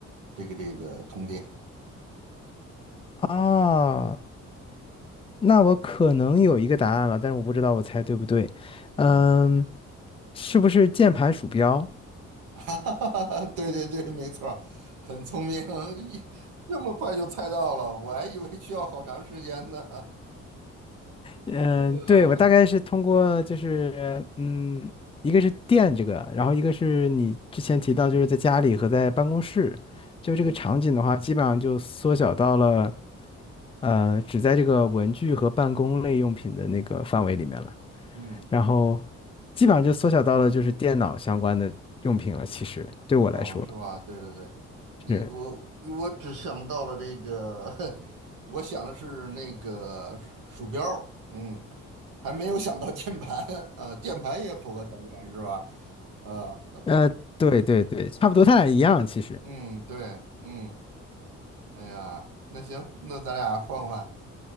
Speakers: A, on the right (about 85°); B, on the left (about 20°).
A: 这个这个通电，
B: 啊。那我可能有一个答案了，但是我不知道我猜对不对。嗯，
A: 嗯，
B: 是不是键盘鼠标？
A: <laughs> 哈哈哈哈，对对对，没错儿很聪明，<laughs> 这这么快就猜到了，我还以为需要好长时间呢，
B: 嗯，
A: <laughs>
B: 对，我大概是通过就是嗯，一个是电这个，然后一个是你之前提到就是在家里和在办公室，就这个场景的话，
A: 嗯
B: 基本上就缩小到了呃只在这个文具和办公类用品的那个范围里面了，
A: 嗯。
B: 然后基本上就缩小到了就是电脑相关的用品了。其实对我来说
A: 哦，是吧？对对对，一我我只想到了这个，
B: 是。
A: <laughs> 我想的是那个鼠标儿嗯，还没有想到键盘 <laughs> 啊，键盘也符合条件是吧？呃，
B: 呃，对对对，差不多，他俩一样其实。
A: 嗯，对，嗯，哎呀，那行，那咱俩换换，